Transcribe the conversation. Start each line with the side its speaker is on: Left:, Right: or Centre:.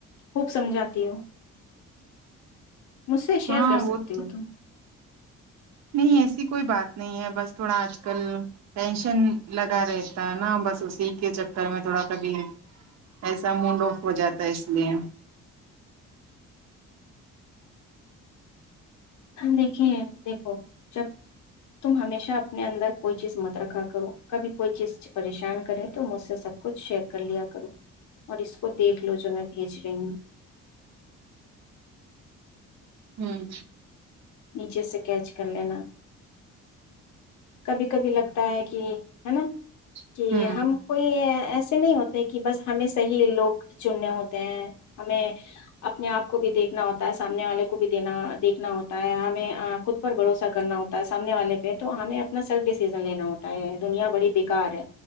Left: خوب سمجھاتی ہو مجھ سے شیئر
Right: ہاں
Left: کر
Right: وہ
Left: سکتی
Right: تو
Left: ہو تم
Right: نہیں ایسی کوئی بات نہیں ہے بس تھوڑا آج کل ٹینشن لگا رہتا ہے نا بس اسی کے چکر میں تھوڑا کبھی ایسا مڈ آف ہو جاتا ہے اس لیے
Left: دیکھیے دیکھو جب تم ہمیشہ اپنے اندر کوئی چیز مت رکھا کرو کبھی کوئی چیز پریشان کرے تو مجھ سے سب کچھ شیئر کر لیا کرو اور اس کو دیکھ لو جو میں بھیج رہی ہوں
Right: ہوں
Left: نیچے سے کیچ کر لینا کبھی کبھی لگتا ہے کہ ہے نا کہ
Right: ہوں
Left: ہم کوئی ایسے نہیں ہوتے کہ بس ہمیں صحیح لوگ چننے ہوتے ہیں ہمیں اپنے آپ کو بھی دیکھنا ہوتا تا ہے سامنے والے کو بھی دینا دیکھنا ہوتا تا ہمیں خود پر بھروسہ کرنا ہوتا ہے سامنے والے پہ تو ہمیں اپنا سیلف ڈیسیزن لینا ہوتا ہے دنیا بڑی بیکار ہے